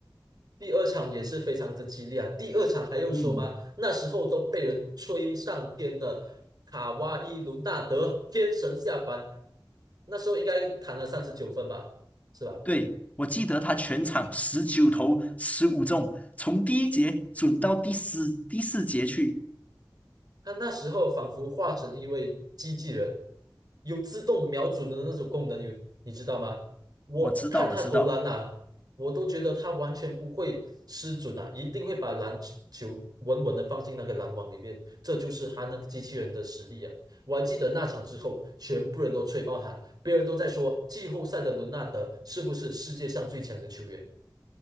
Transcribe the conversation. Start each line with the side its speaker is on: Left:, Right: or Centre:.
Right: 第二场也是非常之激烈啊，第二场还用说吗？
Left: 嗯。
Right: 那时候都被人吹上天的卡哇伊·伦纳德天神下凡，那时候应该砍了三十九分吧，是吧？
Left: 对，我记得他全场十九投十五中，从第一节准到第四第四节去。
Right: 他那时候仿佛化成一位机器人，有自动瞄准的那种功能，有你知道吗？我看他投篮啊，
Left: 我知道，我知道，
Right: 我都觉得他完全不会失准啊，一定会把篮球稳稳的放进那个篮网里面。这就是他那个机器人的实力啊！我还记得那场之后，全部人都吹爆他，别人都在说季后赛的伦纳德是不是世界上最强的球员。